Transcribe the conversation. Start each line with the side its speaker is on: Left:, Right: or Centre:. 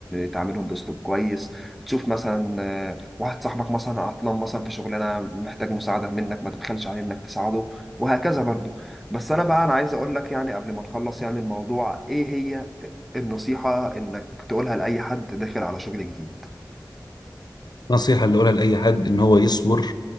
Centre: تعاملهم بأسلوب كويس تشوف مثلا اه، واحد صاحبك مثلا عطلان مثلا في شغلانة محتاج مساعدة منك ما تبخلش عليه انك تساعده وهكذا برضو بس انا بقى انا عايز اقول لك يعني قبل ما نخلص يعني الموضوع ايه هي النصيحة انك تقولها لأي حد داخل على شغل جديد
Left: النصيحه اللي اقولها لاي حد ان هو يصبر